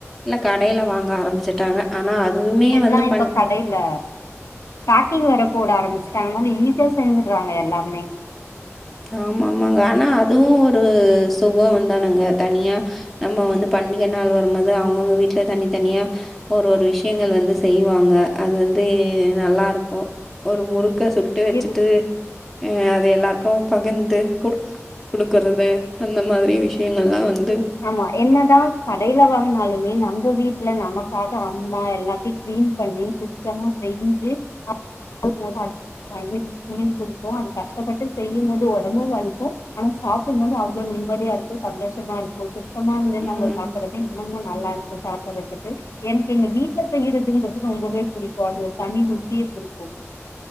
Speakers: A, in the centre; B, on the left.
A: எல்லா கடையில வாங்க ஆரம்பிச்சுட்டாங்க ஆனா அதுவுமே
B: எல்லாம்
A: வந்து பண்
B: இப்ப க ல்ல பேக்கிங் வேற போட ஆரம்பிச்சட்டாங்கனால ஈஸியா செஞ்சடுறாங்க எல்லாமே
A: ஆமா ஆமாங்க ஆனா அதுவு ஒரு சுகம்ந்தானுங்க தனியா நம்ம வந்து பண்டிகை நாள் வரும்போது அவங்கவுங்க வீட்டுல தனி தனியா ஒரு ஒரு விஷயங்கள் வந்து செய்வாங்க அது வந்து நல்லா இருக்கு ஒரு முறுக்க சுட்டு வச்சுட்டு
B: இது
A: அ அது எல்லாருக்கு பகிர்ந்து கொடு கொடுக்குறது அந்த மாதிரி விஷயங்கள்லா வந்து
B: ஆமா என்னதா கடையில வாங்கினாலுமே நம்ம வீட்டுல நமக்காக அம்மா எல்லாத்தையு கிளீன் பண்ணி சுத்தமா செஞ்சு
A: உஹ
B: ஷும் கொடுக்கு அது கஷ்டப்பட்டு செய்யு போது உடம்பு வலிக்கு ஆனா சாப்பிடும்போது அவ்ளோ நிம்மதியா இருக்கு சந்தோஷமா இருக்கு சுத்தமா இருந்த
A: ம்
B: நம்ம சா ப்பறது இன்னொமு நல்லா இருக்கு சாப்டறதுக்கு எனக்கு எங்க வீட்டு்ல செய்யறதுன்றது ரொம்பவே பிடிக்கு அது ஒரு தனி ரூசிய குடுக்கு